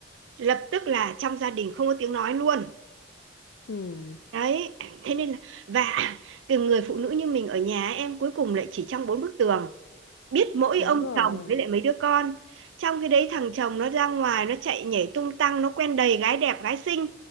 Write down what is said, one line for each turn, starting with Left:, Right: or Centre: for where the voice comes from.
Right: lập tức là trong gia đình không có tiếng nói luôn
Left: ừ
Right: đấy thế nên là và <clears throat> cái người phụ nữ như mình ở nhà em cuối cùng lại chỉ trong bốn bức tường biết mỗi
Left: đúng
Right: ông
Left: rồi
Right: chồng với lại mấy đứa con trong cái đấy thằng chồng nó ra ngoài nó chạy nhảy tung tăng nó quen đầy gái đẹp gái xinh